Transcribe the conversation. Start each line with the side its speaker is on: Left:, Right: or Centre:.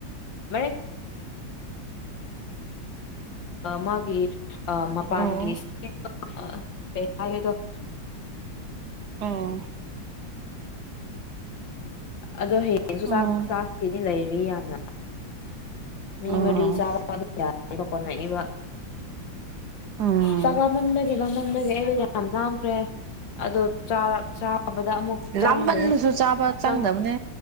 Left: <inaudible> ꯃꯥꯒꯤ ꯑ ꯃꯄꯥꯟꯒꯤꯗ
Right: ꯑꯣ
Left: <inaudible>
Right: ꯎꯝ
Left: ꯑꯗꯣ ꯍꯌꯦꯡꯁꯨ
Right: ꯑꯣ
Left: ꯆꯥꯛ ꯆꯥꯛꯀꯤꯗꯤ ꯂꯩꯔꯤ ꯌꯥꯝꯅ ꯃꯤ
Right: ꯑꯣ
Left: ꯃꯔꯤ ꯆꯥꯕ <inaudible> ꯀꯣꯅꯩꯕ
Right: ꯎꯝ
Left: ꯆꯥꯛ ꯂꯥꯝꯃꯟꯕꯒꯤ ꯂ ꯃꯝꯕꯒꯤ ꯑꯩꯗꯣ ꯌꯥꯝ ꯂꯥꯝꯈ꯭ꯔꯦ ꯑꯗꯣ ꯆꯥꯔꯛ ꯆꯥꯕꯗ ꯑꯃꯨꯛ ꯆꯪꯗ꯭ꯔꯦ
Right: ꯂꯥꯝꯃꯟꯕꯖꯨ ꯆꯥꯕ ꯆꯪꯗꯕꯅꯦ
Left: ꯆꯪ